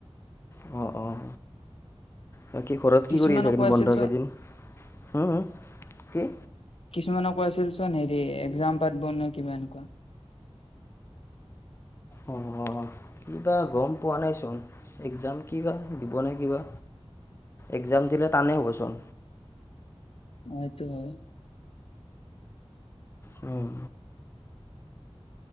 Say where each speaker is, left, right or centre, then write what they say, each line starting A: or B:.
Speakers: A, on the left; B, on the left.
A: অ, অ' বাকী ঘৰত কি
B: কিছুমানক
A: কৰি আছা এইকেইদিন
B: কৈ আছিল
A: বন্ধৰ
B: চোন
A: কেইদিন? হুম, হুম, কি?
B: কিছুমানে কৈ আছিল চোন হেৰি, একজাম পাতব নে কিবা এনেকুৱা
A: অ', কি বা, গম পোৱা নাইচোন এক্সাম কি বা, দিব নে কি বা! একজাম বোলে টানে হ'বচোন
B: অ, এইটো হয়।
A: উম